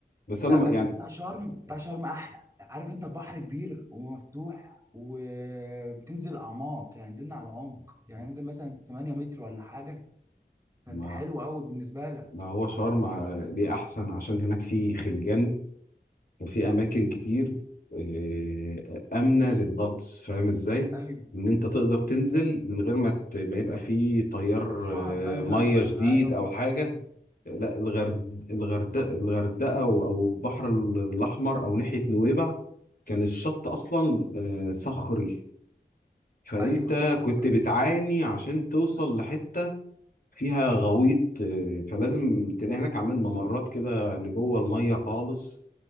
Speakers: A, on the left; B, on the right.
A: بس
B: ب-
A: انا ما
B: بس
A: يعني
B: بتاع شرم بتاع شرم احلى عارف انت البحر كبير ومفتوح وبتنزل اعماق يعني نزلنا على عمق يعني ننزل مثلا 8 متر ولا حاجه فانت
A: ما
B: حلو قوي بالنسبه لك
A: ما هو شرم
B: انت لسه
A: ع- ليه احسن عشان هناك فيه خلجان وفي اماكن كتير آه، امنه للغطس فاهم ازاي
B: ايوه
A: ان انت تقدر تنزل
B: بالظبط
A: من غير ما ت- ما يبقى في تيار
B: شعب
A: آه،
B: مثلا
A: ميه
B: ولا
A: شديد
B: حاجه ولا
A: او
B: الكلام
A: حاجه
B: ده
A: لا الغرد الغردقه الغردقه او أو البحر الاحمر او ناحيه نويبع كان الشط اصلا آه، صخري فانت
B: ايوه صخر
A: كنت بتعاني
B: ايوه
A: عشان توصل لحته فيها غويط آه، فلازم تلاقي هناك عامل ممرات كده لجوه الميه خالص